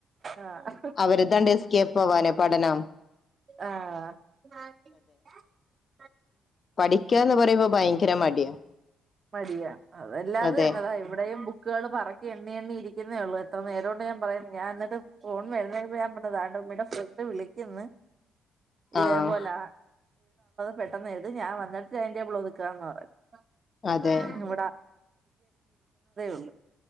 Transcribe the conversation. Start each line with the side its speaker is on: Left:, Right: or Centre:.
Right: ആഹ്
Left: അവര്താണ്ട് എസ്കേപ്പ് ആവാനെ പഠനം
Right: ആഹ
Left: പഠിക്കന്ന് പറയുമ്പോ ഭയങ്കര മടിയാ
Right: മടിയാണ് അതെല്ലാം അത്
Left: അതെ
Right: തന്നെ ദാ ഇവിടെയും ബുക്കുകൾ പറക്കി എണ്ണി എണ്ണി ഇരിക്കുന്നേള്ളൂ എത്ര നേരം കൊണ്ട് ഞാൻ പറയുന്നത് ഞാൻ എന്നിട്ട് ഫോൺ വരുന്ന മുമ്പ് ഞാൻ പറഞ്ഞതാ ഫ്രണ്ട് വിളിക്കന്ന്
Left: ആഹ്
Right: ഇതേപോലെ പെട്ടെന്ന്എഴുതു ഞാൻ വന്നിട്ട് ടൈം ടേബിൾ ഒതുക്കാന്ന് പറഞ്ഞു
Left: അതെ
Right: <inaudible> ഉള്ളൂ